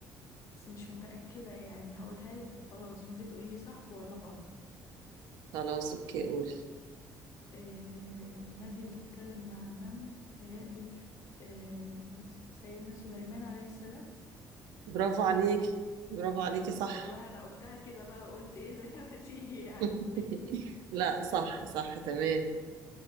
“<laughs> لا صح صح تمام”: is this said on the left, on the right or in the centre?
Right